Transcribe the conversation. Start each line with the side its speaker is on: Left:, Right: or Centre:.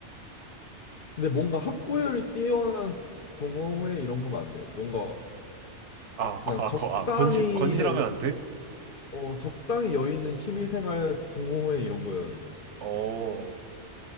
Left: 근데 뭔가 학구열이 뛰어난 동호회 이런 거면 안 돼. 뭔가
Right: 아, 거,
Left: 그냥
Right: 아,
Left: 적당히
Right: 거, 아, 건실, 건실하면 안 돼?
Left: 어 적당히 여유 있는 취미생활 동호회 이런 거여야 돼.
Right: 어,